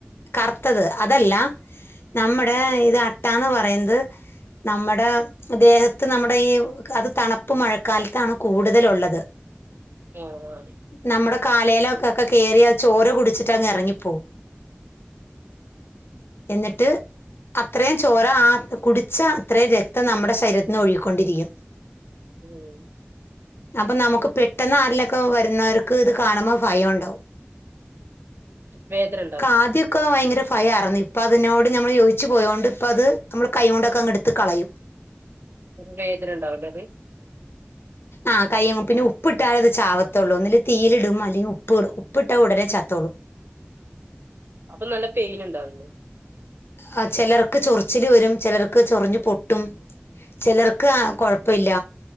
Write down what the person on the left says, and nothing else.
കറുത്തത് അതല്ല- നമ്മടെ
ഇത ട്ടാന്ന് പറയുന്നത് നമ്മുടെ ദേഹത്ത് നമ്മുടെ ഈ കറു തണുപ്പ് മഴക്കാലത്താണ് കൂടുതലുള്ളത്
നമ്മുടെ- കാലേലൊക്കെ ഒക്കെ കേറിയാ ചോര കുടിച്ചിട്ട് അങ്ങ് എറങ്ങി - പോവും - എന്നിട്ട് അത്രയും ചോര ആ കുടിച്ച അത്രയും രക്തം നമ്മുടെ ശരീരത്തിനി ഒഴികിക്കൊണ്ടിരിക്കും-
അപ്പൊ നമുക്ക് പെട്ടെന്ന് ആരേലുക്കെ വരുന്നവർക്ക് ഇത് കാണുമ്പോ ഭയണ്ടാവും
ആദ്യക്കെ ഭയങ്കര ഭയറന്നു ഇപ്പ അതിനോട് നമ്മൾ യോജിച്ച് പോയൊണ്ട് ഇപ്പ അത് നമ്മള് കൈ കൊണ്ടൊക്കെ അങ് എടുത്ത് കളയും
ആ കയ്യങ്ങ് പിന്നെ ഉപ്പിട്ട അത് ചാവത്തുള്ളൂ ഒന്നല് തീലിടും അല്ലെങ്കിൽ ഉപ്പ് ഇടും ഉപ്പിട്ടാൽ ഉടനെ ച ത്തോളു
ആ ചിലർക്ക് ചൊറച്ചില് വരും ചിലർക്ക് ചൊറിഞ്ഞു പൊട്ടും ചിലർക്ക് <unintelligible> അപ്പ ഇല്ല